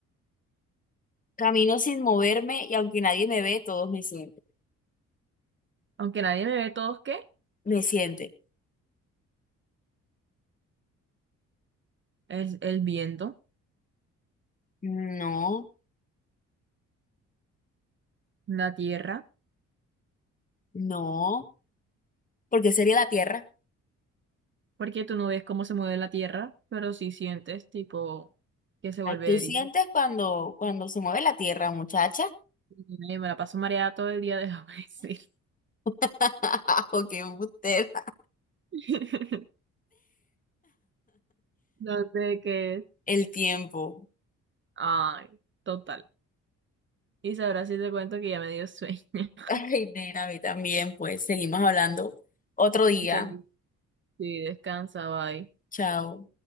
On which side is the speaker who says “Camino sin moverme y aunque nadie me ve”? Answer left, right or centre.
Left